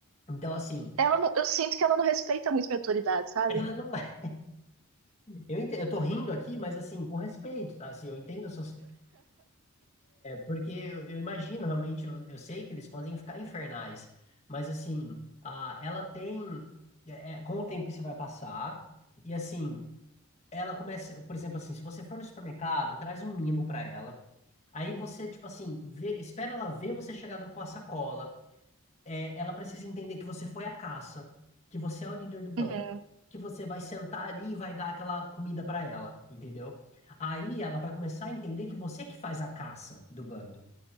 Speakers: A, on the left (about 30°); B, on the right (about 70°).
A: Então, assim,
B: Ela não- eu sinto que ela não respeita muito minha autoridade, sabe?
A: ela não vai. <laughs> Eu, ente- eu tô rindo aqui, mas assim, com respeito, tá? Assim, eu entendo a sua. Porque eu, eu imagino, realmente, eu, eu sei que eles podem ficar infernais, mas assim, a, ela tem. é- é, com o tempo isso vai passar, e assim, ela começa, por exemplo, assim, se você for no supermercado, traz um mimo pra ela. Aí você, tipo assim, vê, espera ela ver você chegar do- com a sacola. É, ela precisa entender que você foi a caça, que você é o líder do banco,
B: Uhum.
A: que você vai sentar ali e vai dar aquela comida pra ela, entendeu? Aí ela vai começar a entender que você que faz a caça do bando.